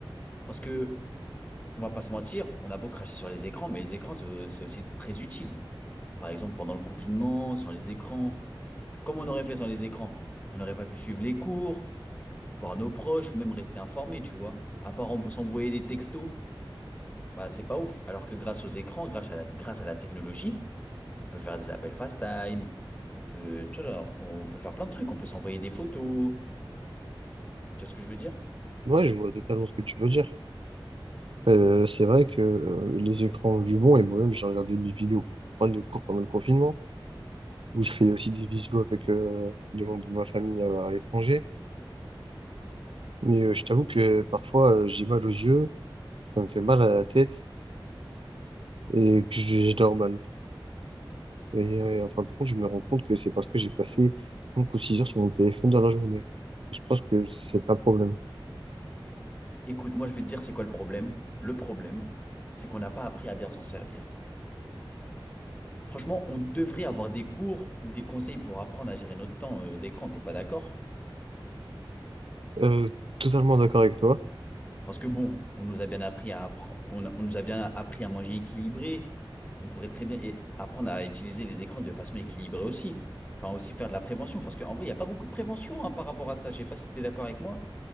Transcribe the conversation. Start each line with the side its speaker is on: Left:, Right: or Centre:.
Left: Parce que, on va pas se mentir, on a beau cracher sur les écrans, mais les écrans, c'est au- c'est aussi très utile. Par exemple, pendant le confinement, sans les écrans. Comme on aurait fait sans les écrans? On n'aurait pas pu suivre les cours, voir nos proches ou même rester informé, tu vois. À part envo- s'envoyer des textos. Bah, c'est pas ouf. Alors que grâce aux écrans, grâce à la, grâce à la technologie, on peut faire des appels FaceTime, on peut, tu vois, genre, on peut faire plein de trucs, on peut s'envoyer des photos. Tu vois ce que je veux dire?
Right: ouais, je vois totalement ce que tu veux dire. Euh, c'est vrai que euh, les écrans ont du bon, et moi-même, j'ai regardé des vidéos pour prendre les cours pendant le confinement, où je fais aussi des visios avec euh, des membres de ma famille euh, à l'étranger. Mais euh, je t'avoue que parfois, euh, j'ai mal aux yeux, ça me fait mal à la tête, et que je, je dors mal. Et euh, en fin de compte, je me rends compte que c'est parce que j'ai passé 5 ou 6 heures sur mon téléphone dans la journée. Je pense que c'est un problème.
Left: Écoute, moi, je vais te dire c'est quoi le problème. Le problème, c'est qu'on n'a pas appris à bien s'en servir. Franchement, on devrait avoir des cours ou des conseils pour apprendre à gérer notre temps euh, d'écran. T'es pas d'accord?
Right: Euh, totalement d'accord avec toi.
Left: Parce que bon, on nous a bien appris à appre- on, a- on nous a bien appris à manger équilibré. On pourrait très bien é- apprendre à utiliser les écrans de façon équilibrée aussi. Enfin, aussi faire de la prévention. Parce qu'en vrai, il n'y a pas beaucoup de prévention hein, par rapport à ça. Je sais pas si tu es d'accord avec moi.